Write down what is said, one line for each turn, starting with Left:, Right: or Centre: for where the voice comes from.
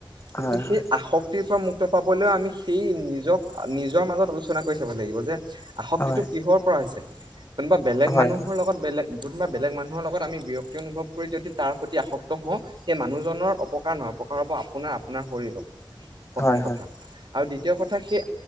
Right: গতিকে
Left: হয়
Right: সেই
Left: হয়
Right: আসক্তিৰ পৰা মুক্ত পাব 'ও আমি সেই নিজক নিজৰ মাজত আলোচনা কৰি চাব লাগিব যে আসক্তিটো
Left: হয়
Right: কিহৰ চল কোনোবা বেলেগ
Left: হয়
Right: মানুহৰ
Left: হয়
Right: লগত বেলেগ বা বেলেগ মানুহৰ লগত আমি বি ব্যক্তি অনুভৱ কৰি যদি তাৰ প্ৰতি আসক্ত হওঁ সেই মানুহজনৰ অপকাৰ নহয় অপকাৰ হ'ব আপোনাৰ আপোনাৰ শৰীৰক প্ৰথম
Left: হয়
Right: কথা আৰু দ্বিতীয় কথা সেই